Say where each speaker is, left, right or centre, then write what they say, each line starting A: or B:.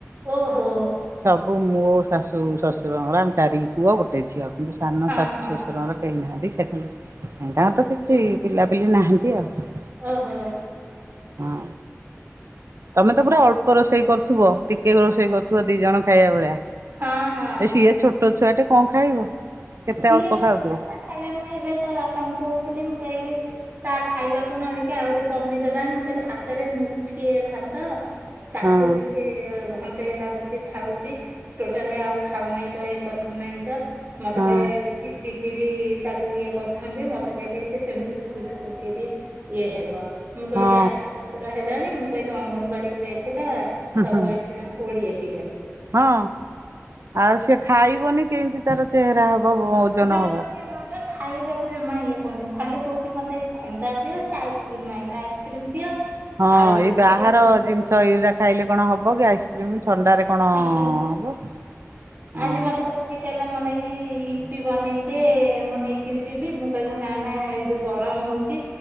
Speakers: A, on the right (about 40°); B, on the right (about 60°).
A: ଓହୋ।
B: ସବୁ ମୋ ଶାଶୁ ଶ୍ୱଶୁରଙ୍କର, ଆମେ ଚାରି ପୁଅ ଗୋଟେ ଝିଅ। କିନ୍ତୁ ସାନ
A: ହଁ
B: ଶାଶୁ
A: ହଁ।
B: ଶ୍ୱଶୁରଙ୍କର କେହି ନାହାନ୍ତି ସେ ଖାଲି ତାଙ୍କର ତ କିଛି
A: ହୁଁ
B: ପିଲାପିଲି ନାହାନ୍ତି ଆଉ
A: ଓହୋ
B: ହଁ ତମେ ତ ପୁରା ଅଳ୍ପ ରୋଷେଇ କରୁଥିବ ଟିକେ ରୋଷେଇ କରୁଥିବ ଦି ଜଣ ଖାଇବା ଭଳିଆ
A: ହଁ ହଁ।
B: ଏ ସିଏ ଛୋଟ ଛୁଆ ଟେ କଣ ଖାଇବ କେତେ
A: ସିଏ
B: ଅଳ୍ପ
A: ଆଉଲା
B: ଖାଉଥିବ
A: ତା ଖାଇବେ ମୁଁ ହେବେ ତା ବାପାଙ୍କୁ କହୁଥିଲି ମୁଁ କହିଲି ତା ଖାଇବା କଣ ଆଣିକି ଆହୁରି କମିଗଲାଣି ମୁଁ କହିଲି ହାତରେ ମୁଠିଏ ଭାତ ତାକୁ
B: ହଁ
A: ବି ସେ ଘଣ୍ଟେଇ ଲାଗୁଛି ଖାଉଛି ଟୋଟାଲ ଆଉ ଖାଉ ନାହିଁ ତ ଇଏ କରୁନାହିଁ ତ ଇିକି
B: ହଁ
A: ତାକୁ ଇଏ କରୁଛନ୍ତି ମତେ କହିଲେ ସେ ସେମିତି ଶୁଖି ଶୁଖିକିରି ଇଏ ହେବ ମୁଁ କହିଲି
B: ହଁ
A: ଆଠ ମାସର ହେଲାଣି ମୁଁ କହିଲି ଅଙ୍ଗନବାଡି କି ଯାଇଥିଲା
B: ହୁଁ
A: ତାବ
B: ହୁଁ
A: ଏଠ ଜମା ପୋଡିଏ କିିଲେ
B: ହଁ ଆଉ ସେି ଖାଇବନି କେମିତି ତାର ଚେହେରା ହବ ଓଜନ
A: ଜମ
B: ହବ
A: କେ ବାବ ଖାଇବାକୁ ଜମା ଇଏ କହୁନି ଖାଲି କହୁଛି ମତେଇ ଥଣ୍ଡା ଦିଅ ଆଇସ୍କ୍ରିମ ଆଇା ଆଇସ୍କ୍ରିମ ଦିଅ
B: ହଁ
A: ଆଉ
B: ଏଇ ବାହାର
A: ଏମିତି ସବୁ
B: ଜିନିଷ ୟୁରିା ଖାଇଲେ କଣ ହବ କି ଆଇସ୍କ୍ରିମ ଥଣ୍ଡାରେ କଣ
A: ହଁ
B: ହବ
A: ବା।
B: ହଁ
A: ଆଜି ମତେ କହୁ ସେ କହିଲ ମନ ନେଇକି ଇପି ବନେଇଦେ ମୁଁ ନେଇକିରି ଯିବି ମୁଁ କହିଲି ନା ନା ଏଇ ଯୋଉ ଗରମ ହଉଛି